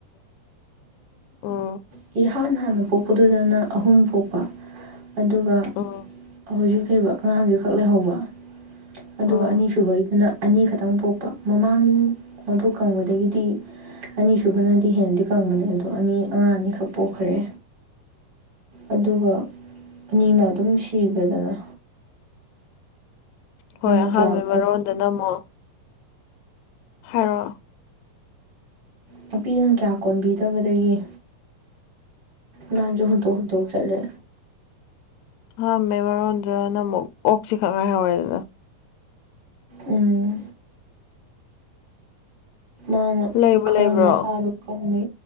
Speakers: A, on the left; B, on the right.
A: ꯎꯝ
B: ꯏꯍꯥꯟ ꯍꯥꯟꯅ ꯄꯣꯛꯄꯗꯨꯗꯅ ꯑꯍꯨꯝ ꯄꯣꯛꯄ ꯑꯗꯨꯒ
A: ꯎꯝ
B: ꯍꯧꯖꯤꯛ ꯍꯩꯕ ꯑꯉꯥꯡꯁꯦ ꯈꯛ ꯂꯩꯍꯧꯕ ꯑꯗꯨꯒ
A: ꯎꯝ
B: ꯑꯅꯤꯁꯨꯕꯩ ꯑꯗꯨꯅ ꯑꯅꯤꯈꯛꯇꯪ ꯄꯣꯛꯄ ꯃꯃꯥꯡ ꯃꯕꯨꯣꯛ ꯀꯪꯕꯗꯒꯤꯗꯤ ꯑꯅꯤꯁꯨꯨꯕꯅꯗꯤ ꯍꯦꯟꯅꯗꯤ ꯀꯪꯕꯅꯦ ꯑꯗꯣ ꯑꯅꯤ ꯑꯉꯥꯡ ꯑꯅꯤꯈꯛ ꯄꯣꯛꯈ꯭ꯔꯦ ꯑꯗꯨꯒ ꯑꯅꯤꯅ ꯑꯗꯨꯝ ꯁꯤꯕꯗꯅ
A: ꯍꯣꯏ ꯑꯍꯥꯟꯕ
B: ꯀꯌꯥ
A: ꯃꯔꯣꯗ ꯅꯝꯃꯣ ꯍꯥꯏꯔꯣ
B: ꯅꯨꯄꯤꯗꯨꯅ ꯀꯌꯥ ꯀꯣꯟꯕꯤꯗꯕꯗꯒꯤꯦ ꯃꯥ ꯌꯍꯗꯣꯛ ꯍꯗꯣꯛ ꯆꯠꯂ
A: ꯍꯥꯃꯦ ꯃꯔꯔꯣꯟꯗꯅ ꯑꯃꯨꯛ ꯑꯣꯛꯁꯤ ꯈꯪꯉꯥꯏ ꯍꯧꯔꯦꯗꯅ
B: ꯎꯝ ꯃꯥꯅ
A: ꯂꯩꯕꯨ
B: ꯈꯔ
A: ꯂꯩꯕ꯭ꯔꯣ
B: ꯃꯁꯥꯗꯨ ꯀꯟꯕ